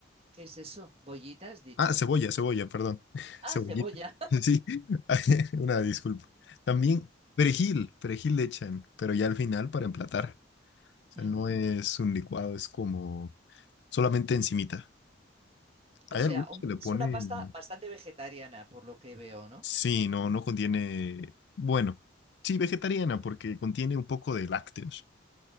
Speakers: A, on the right; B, on the left.
A: ¿Qué es eso? ¿Bollitas, dicho?
B: Ah, cebolla, cebolla, perdón. <laughs>
A: Ah,
B: Cebollita.
A: cebolla.
B: <laughs> Sí, <laughs> una disculpa. También perejil, perejil le echan, pero ya al final para emplatar. O sea,
A: <laughs> Ujú.
B: no es un licuado, es como solamente encimita.
A: O
B: Hay
A: sea,
B: algunos
A: un-
B: que le ponen...
A: es una pasta bastante vegetariana, por lo que veo, ¿no?
B: Sí, no, no contiene... Bueno, sí, vegetariana, porque contiene un poco de lácteos.